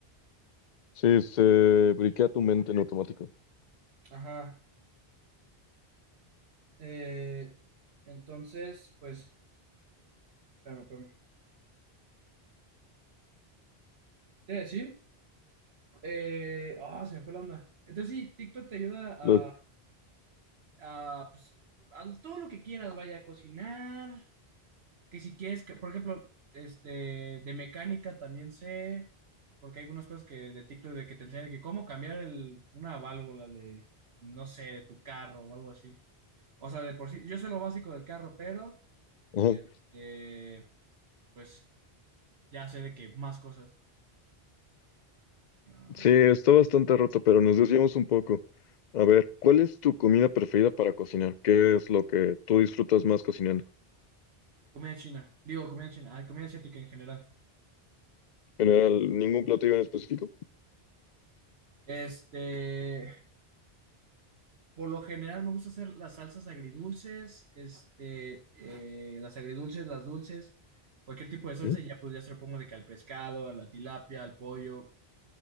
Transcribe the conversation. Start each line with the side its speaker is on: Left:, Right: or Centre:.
Left: sí, se briquea tu mente en automático.
Right: Ajá. eh, entonces, pues Espérame, espérame. Te iba a decir, eh, ah, se me fue la onda. Entonces sí, TikTok te ayuda
Left: Lol.
Right: a, a, pues, a todo lo que quieras, vaya a cocinar, que si quieres, que, por ejemplo, este, de mecánica también sé, porque hay algunas cosas que de TikTok de que te enseñan de que cómo cambiar el, una válvula de, no sé, de tu carro o algo así. O sea, de por sí, yo sé lo básico del carro, pero,
Left: <laughs>
Right: este, pues, ya sé de que más cosas. Ah,
Left: Sí, está bastante roto, pero nos desviamos un poco. A ver, ¿cuál es tu comida preferida para cocinar? ¿Qué es lo que tú disfrutas más cocinando?
Right: comida china, digo, comida china, ah, comida asiática en general.
Left: En general, ningún platillo en específico.
Right: Este, por lo general me gusta hacer las salsas agridulces, este, eh, las agridulces, las dulces, cualquier tipo de salsa
Left: ¿Mm?
Right: y ya pues ya se lo pongo de que al pescado, a la tilapia, al pollo.